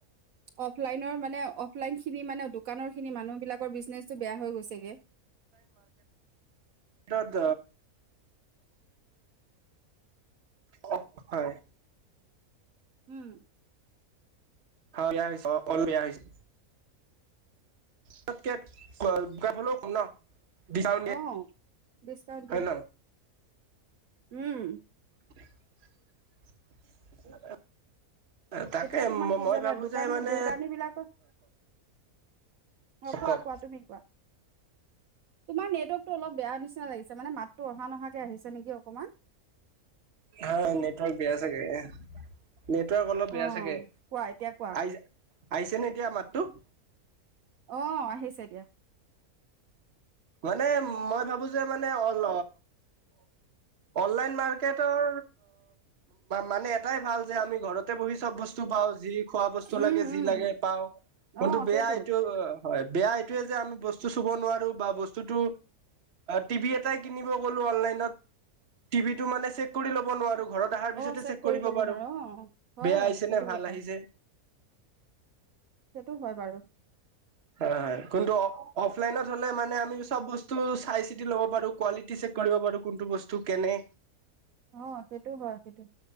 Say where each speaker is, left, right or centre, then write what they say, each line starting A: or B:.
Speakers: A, on the right; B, on the right.
A: অফলাইনৰ মানে অফলাইন খিনি মানে দোকানৰ খিনি মানুহ বিলাক বিজনেচটো বেয়া হৈ গৈছেগে
B: এটাদ অ হয়
A: উম
B: অ এয়া হৈছে অ অল এয়া হৈছে তাতকে গ ভলেও খুম ন ডিচকাউণ্ট দিয়ে
A: অ ডিচকাউন্ট দিয়া
B: হয় ন
A: উম
B: <unintelligible> <unintelligible> তাকে
A: তেতিয়া তোমাৰ কি
B: মই
A: জানা
B: ভাবো
A: দোকানী
B: যে মানে
A: দোকানী বিলাকৰ অ কোৱা
B: কওক
A: কোৱা তুমি কোৱা তোমাৰ নেট ৱৰ্কটো অলপ বেয়া নিচিনা লাগিছে মানে মাততো অহা নহাকে আহিছে নেকি অকনমান
B: হা নেটৱৰ্ক বেয়া চাগে নেটৱৰ্ক অলপ
A: অ
B: বেয়া চাগে
A: কোৱা এতিয়া কোৱা
B: আই আহিছে নে এতিয়া মাততো
A: অ আহিছে এতিয়া
B: মানে মই ভাবো যে মানে অল অনলাইন মাৰ্কেটৰ মানে এটাই ভাল যে আমি ঘৰত তাতে বহি চব বস্তু পাওঁ যি খোৱা বস্তু
A: উম
B: লাগে যি
A: উম
B: লাগে পাওঁ
A: অ
B: কোনটো বেয়া
A: সেইটো
B: এইটো অ হয় বেয়া এইটোয়ে যে আমি বস্তু চুব নোৱাৰো বা বস্তু বস্তুটো টিভি এটাই কিনিব গলো অনলাইনত টিভিটো মানে চেক কৰি ল'ব নোৱাৰো ঘৰত অহাৰ পিছতে
A: অ
B: চেক
A: কৰি
B: কৰিব
A: ল'ব
B: পাৰো
A: নোৱাৰো অ হয়
B: বেয়া
A: হয়
B: আহিছে
A: সেইটো
B: নে ভাল
A: কথা
B: আহিছে
A: সেইটো হয় বাৰু
B: হয় হয় কিন্তু অফলাইনত হলে মানে আমি চব বস্তু চাই চিতি লব পাৰো কোৱালিটি কৰিব পাৰো কোনটো বস্তু কেনে
A: অ সেইটো হয় সেইটো